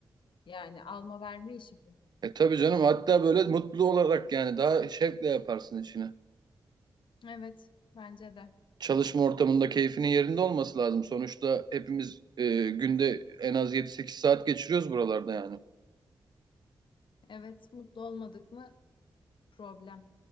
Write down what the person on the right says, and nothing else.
E tabii canım hatta böyle mutlu olarak yani daha şevkle yaparsın işini.
çalışma ortamında keyfinin yerinde olması lazım. Sonuçta hepimiz e, günde en az yedi sekiz saat geçiriyoruz buralarda yani.